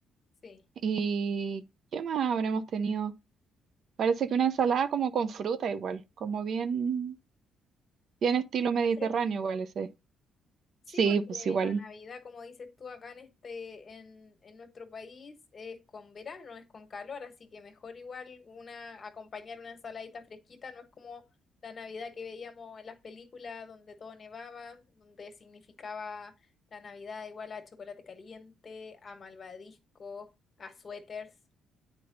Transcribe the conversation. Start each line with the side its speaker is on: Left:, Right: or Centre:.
Left: Sí.
Right: ¿Y qué más habremos tenido? Parece que una ensalada como con fruta igual, como bien, bien estilo mediterráneo
Left: Es fresquita.
Right: igual ese.
Left: Sí,
Right: Sí,
Left: porque
Right: pues igual.
Left: la Navidad, como dices tú, acá en este, en, en nuestro país es con verano, es con calor, así que mejor igual una, acompañar una ensaladita fresquita, no es como la Navidad que veíamos en las películas donde todo nevaba, donde significaba la Navidad igual a chocolate caliente, a malvadiscos, a suéteres.